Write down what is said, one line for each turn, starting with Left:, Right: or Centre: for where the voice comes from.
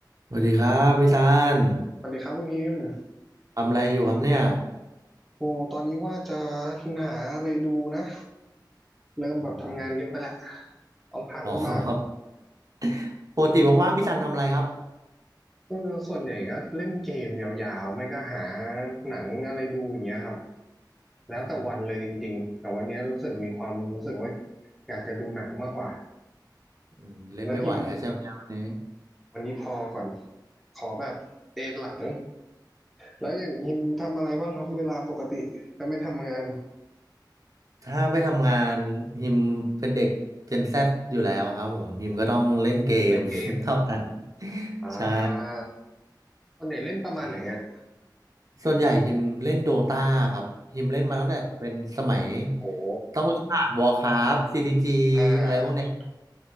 Right: สวัสดีครับพี่ซัน
Centre: สวัสดีครับคุณพิมพ์
Right: ทำอะไรอยู่ครับเนี่ย
Centre: โอ้ตอนนี้ว่าจะหาอะไรดูนะเริ่มแบบทำงานเยอะไปละ
Right: อืม
Centre: ต้องพักบ้าง
Right: อ๋อ <laughs> ปกติว่างๆพี่ซันทำอะไรครับ
Centre: เออส่วนใหญ่ก็เล่นเกมยาวๆไม่ก็หาหนังอะไรดูอย่างเงี้ยครับแล้วแต่วันเลยจริงๆแต่วันเนี้ยรู้สึกมีความรู้สึกว่า
Right: อืม
Centre: อยากจะดูหนังมากกว่า
Right: อืมเล่นไม่ไหวแล้วใช่ไหมวันนี้
Centre: แล้วพิมพ์วันนี้พอก่อนขอแบบเอนหลังแล้วอย่างพิมพ์ทำอะไรบ้างครับเวลาปกติก็ไม่ทำงาน
Right: ถ้าไม่ทำงานฮิมเป็นเด็กเจน Z ซอยู่แล้วครับผมฮิมก็ต้องเล่นเกม
Centre: เล่นเกม
Right: <laughs> เท่านั้น
Centre: อ่
Right: ใช่
Centre: าส่วนใหญ่เล่นประมาณไหนอ่ะ
Right: ครับส่วนใหญ่ฮิมเล่นโดตาครับฮิมเล่นมาตั้งแต่เป็นสมัย
Centre: โอ้
Right: ต้องเล่นผ่านวอ r ์คราฟซีดีจี
Centre: อ่
Right: อะไรพวกเนี้ย
Centre: า